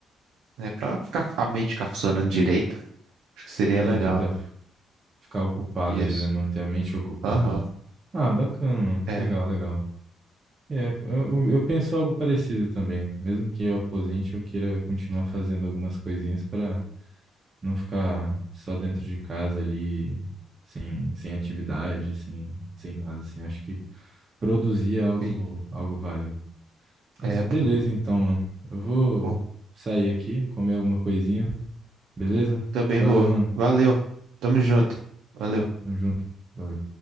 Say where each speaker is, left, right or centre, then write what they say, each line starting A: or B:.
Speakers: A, on the right; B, on the right.
A: né, para ficar a mente ficar funcionando direito. Acho que seria
B: Entendi.
A: legal.
B: Pra f- ficar ocupado
A: Isso.
B: ali, né? Manter a mente ocupada.
A: Aham.
B: Ah, bacana, mano.
A: É,
B: Legal, legal. É, eu, eu penso algo parecido também. Mesmo que eu aposente, eu queira continuar fazendo algumas coisinhas para não ficar só dentro de casa ali, sem, sem atividade, sem, sem nada, assim. Eu Acho que produzir é algo,
A: sim.
B: algo válido. Mas
A: É
B: beleza,
A: bom.
B: então, mano. Eu vou
A: Bom,
B: sair aqui, comer alguma coisinha, beleza?
A: também
B: Valeu,
A: vou.
B: mano.
A: Valeu. Tamo junto. Valeu.
B: Tamo junto. Valeu.